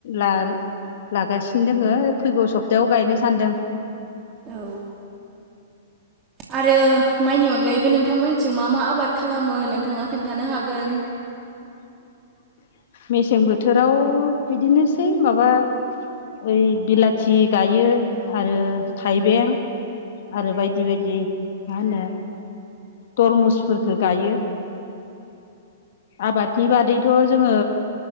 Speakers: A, on the left; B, on the right.
A: लान लागासिनो दोङो फैगौ सप्तायाव गायनो सानदों
B: औ आरो माइनि अनगायैबो नोंथांमोनथिं मा मा आबाद खालामो नोंथाङा खोन्थानो हागोन
A: <inaudible> मेसें बोथोराव बिदिनोसै माबा ओइ बिलाथि गायो आरो थाइबें आरो बायदि बायदि मा होनो तरमुसफोरखौ गायो आबादनि बादैथ' जोङो